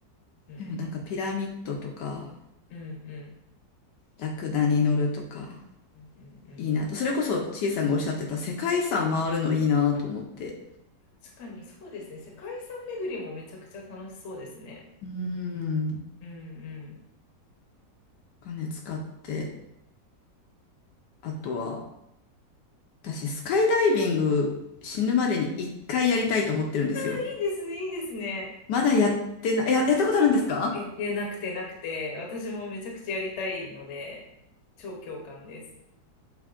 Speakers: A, on the left (about 50°); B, on the left (about 75°).
A: うん。
B: でもなんかピラミッドとか、
A: うんうん
B: ラクダに乗るとか。
A: うんうんうん。
B: いいなと。それこそ、ちいさんがおっしゃってた世界遺産回るのいいなと思って。
A: 確かにそうですね。世界遺産巡りもめちゃくちゃ楽しそうですね。
B: うん。
A: うんうん。
B: お金使って、あとは、私、スカイダイビング死ぬまでに一回やりたいと思ってるんですよ。
A: いいですね、いいですね。
B: まだやってない、や、やったことあるんですか
A: いや、いや、なくてなくて、私もめちゃくちゃやりたいので、超共感です。